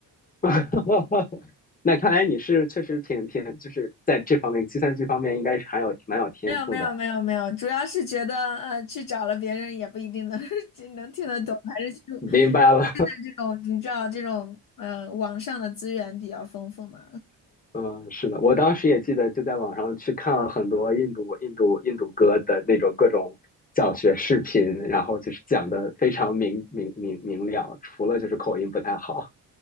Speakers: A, on the left; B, on the left.
A: <laughs> 那看来你是确实挺挺，就是在这方面计算机方面应该是还有蛮有天赋的。
B: 没有没有没有没有，主要是觉得呃，去找了别人也不一定能 <laughs> 就能听得懂，还是就
A: 明白了，
B: 现在这种你知道这种呃网上的资源比较丰富嘛。
A: <laughs> 嗯，是的，我当时也记得就在网上去看了很多印度印度印度歌的那种各种教学视频，然后就是讲的非常明明明明了，除了就是口音不太好，